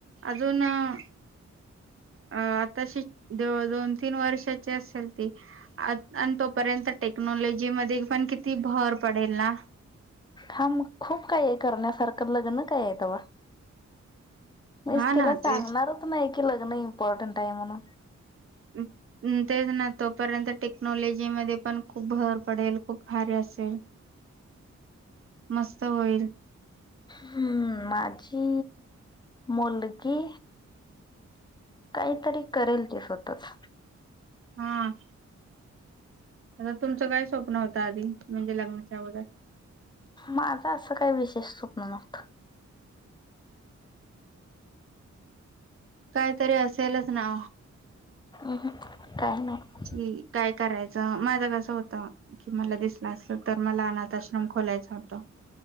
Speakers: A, on the right; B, on the left.
A: अजून अं अं आताशी, दोन तीन वर्षाची असेल ती. आत अन तोपर्यंत टेक्नॉलॉजी मध्ये पण किती भर पडेल ना?
B: हा मग खूप काही आहे करण्यासारखं, लग्न काय आहे तवा. मीच
A: हा ना
B: तिला सांगणारच
A: ते
B: नाही की, लग्न इम्पॉर्टंट आहे म्हणून.
A: <inaudible> अं तेच ना, तोपर्यंत टेक्नॉलॉजी मध्ये पण खूप भर पडेल, खूप भारी असेल. मस्त होईल.
B: हम् माझी मुलगी काहीतरी करेल ती स्वतःच.
A: हां आता तुमचं काय स्वप्न होतं आधी, म्हणजे लग्नाच्या अगोदर?
B: माझं असं काही विशेष स्वप्न नव्हतं.
A: काहीतरी असेलच ना?
B: अहं काही नाही.
A: कि काय करायचं, माझं कसं होतं कि मला दिसलं असतं तर, मला अनाथ आश्रम खोलायचा हो